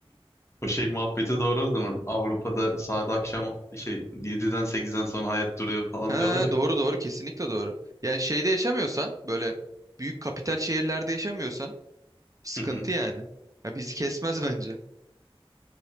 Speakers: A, on the left; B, on the right.
A: O şey muhabbeti doğru o zaman. Avrupa'da saat akşam şey yediden sekizden sonra hayat duruyor falan
B: Ha,
A: diyorlar ya.
B: doğru doğru kesinlikle doğru. Yani şeyde yaşamıyorsan böyle büyük kapital şehirlerde yaşamıyorsan sıkıntı
A: Hı hı.
B: yani. Ya bizi kesmez <laughs> bence.